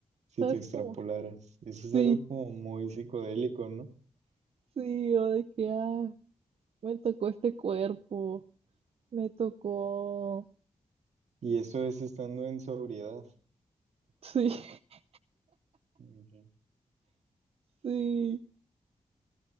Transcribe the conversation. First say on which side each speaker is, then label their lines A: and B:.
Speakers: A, on the right (about 80°); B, on the right (about 60°).
A: si
B: ¿Sabes
A: te extrapolaras.
B: cómo?
A: Eso
B: Sí.
A: es algo como muy psicodélico, ¿no?
B: Sí, yo de que, ah, me tocó este cuerpo, me tocó.
A: Y eso es estando en sobriedad.
B: Sí, <laughs>
A: Ok,
B: sí.